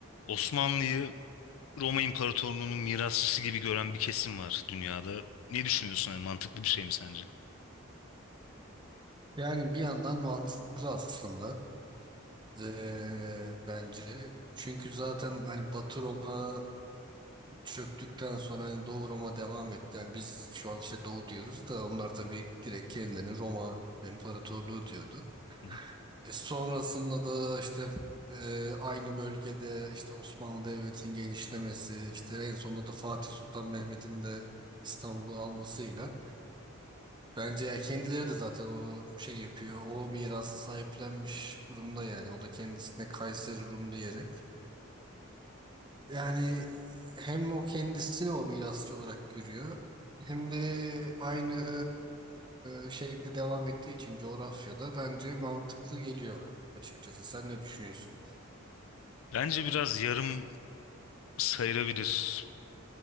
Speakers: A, on the left; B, on the right.
A: Osmanlı'yı Roma İmparatorluğu'nun mirasçısı gibi gören bir kesim var dünyada. Ne düşünüyorsun? Yani mantıklı bir şey mi sence?
B: Yani bir yandan mantıklı aslında Ee, bence. Çünkü zaten hani Batı Roma çöktükten sonra hani Doğu Roma devam etti. Yani biz şu an işte Doğu diyoruz da onlar tabii direkt kendilerini Roma İmparatorluğu diyordu.
A: <laughs>
B: E sonrasında da işte e, aynı bölgede işte Osmanlı Devleti'nin genişlemesi, işte en sonunda da Fatih Sultan Mehmet'in de İstanbul'u almasıyla Bence ya kendileri de zaten onu şey yapıyor. O mirası sahiplenmiş durumda yani. O da kendisine Kayseri Rum diyerek. Yani hem o kendisini o mirasçı olarak görüyor. Hem de aynı e, şeyde devam ettiği için coğrafyada bence mantıklı geliyor açıkçası. Sen ne düşünüyorsun?
A: Bence biraz yarım sayılabilir.